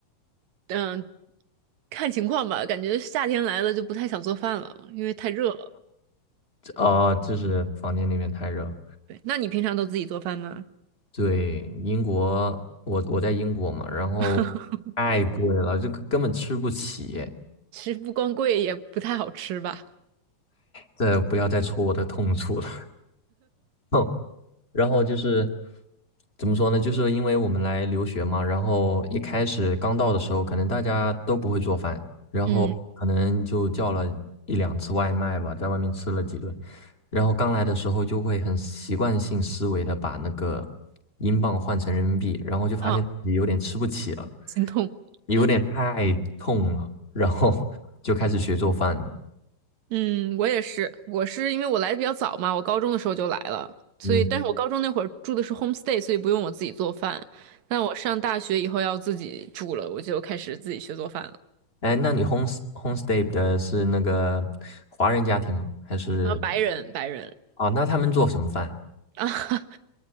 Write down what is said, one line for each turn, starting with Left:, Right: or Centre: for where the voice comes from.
Right: 嗯，看情况吧，感觉夏天来了就不太想做饭了，因为太热了。
Left: 这啊、就是房间那边太热了
Right: 对，那你平常都自己做饭吗？
Left: 对，英国，我我在英国嘛，然后
Right: <laughs>
Left: 太贵了，这个根本吃不起。
Right: 其实不光贵，也不太好吃吧。
Left: 这不要再戳我的痛处了。<laughs> 然后就是怎么说呢？就是因为我们来留学嘛，然后一开始刚到的时候，可能大家都不会做饭，然后可能就叫了一两次外卖吧，
Right: 嗯，
Left: 在外面吃了几顿。然后刚来的时候就会很习惯性思维的把那个英镑换成人民币，然后就发现自己有点吃不起了，
Right: 啊，心痛。
Left: 有点太痛了，
Right: 嗯
Left: 然后 <laughs> 就开始学做饭了。
Right: 嗯，我也是，我是因为我来的比较早嘛，我高中的时候就来了，所以但是我高中那会儿住的是
Left: 嗯。
Right: homestay，所以不用我自己做饭。但我上大学以后要自己住了，我就开始自己学做饭了。
Left: 哎，那你 home homestay 的是那个华人家庭吗？还是
Right: 啊，白人，白人
Left: 哦？那他们做什么饭啊？
Right: 啊，<laughs>